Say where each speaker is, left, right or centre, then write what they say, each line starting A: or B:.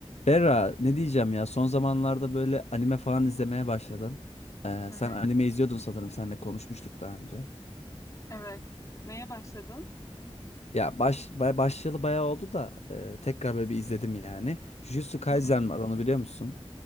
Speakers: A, on the left; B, on the left.
A: Berra ne diyeceğim ya son zamanlarda böyle anime falan izlemeye başladım. Ee,
B: Hı
A: sen
B: hı.
A: anime izliyordun sanırım seninle konuşmuştuk daha önce.
B: Evet. Neye başladın?
A: Ya baş, bay- başlayalı bayağı oldu da e, tekrar böyle bir izledim yani. Jujutsu Kaisen
B: Hı hı.
A: var onu biliyor musun?